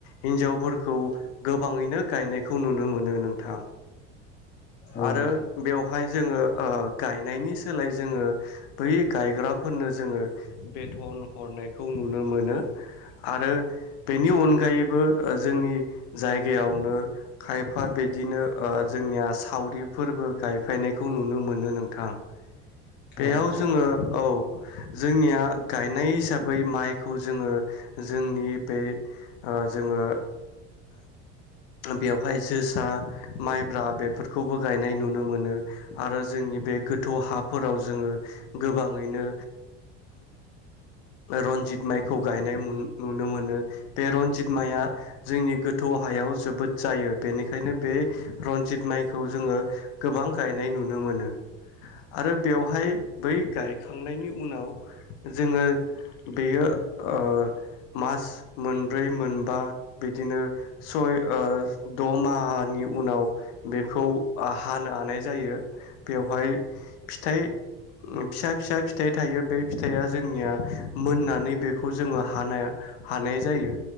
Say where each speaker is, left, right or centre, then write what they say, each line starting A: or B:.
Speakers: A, on the left (about 70°); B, on the left (about 30°).
A: हिन्जावफोरखौ गोबाङैनो गायनायखौ नुनो मोनो नोंथां
B: औ
A: आरो
B: नोंथां
A: बेवहाय जोङो ओ गायनायनि सोलाय जोङो बै गायग्राफोरनो जोङो बेथन हरनायखौ खौ नुनो मोनो आरो बेनि अनगायैबो जोंनि जायगायावनो खायफा बिदिनो ओ जोंनिया सावरिफोरबो गायफायनायखौ नुनो मोनो नोंथां।
B: औ
A: बेयाव
B: नोंथां
A: जोङो औ जोंनिया गायनाय हिसा बै माइखौ जोङो जोंनि बे ओ जोङो बेवहाय जोसा माइब्रा बेफोरखौबो गायनाय नुनो मोनो आरो जोंनि बे गोथौ हाफोराव जोङो गोबाङैनो रनजित माइखौ गायनाय नु नुनो मोनो बे रन्जित माइआ जोंनि गोथौ हायाव जोबोद जायो बेनिखायनो बे रनजित माइखौ जोङो गोबां गायनाय नुनो मोनो आरो बेवहाय बै गायखांनायनि उनाव जोङो बेयो ओ मास मोनब्रै मोनबा बिदिनो सय ओ द मानि उनाव बेखौ हानो हानाय जायो बेवहाय फिथाइ फिसा फिसा फिथाइ थायो बे फिथाइया जोंनिया मोननानै बेखौ जोङो हानाय हानाय जायो